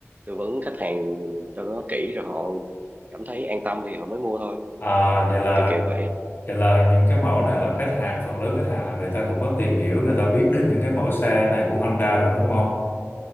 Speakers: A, on the right (about 30°); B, on the left (about 45°).
A: tư vấn khách hàng cho nó kỹ rồi họ cảm thấy an tâm thì họ mới mua thôi
B: à, vậy
A: đó
B: là
A: kiểu kiểu vậy á.
B: vậy là những cái mẫu này là khách hàng phần lớn khách hàng là người ta cũng có tìm hiểu người ta biết đến những cái mẫu xe này của Honda rồi đúng không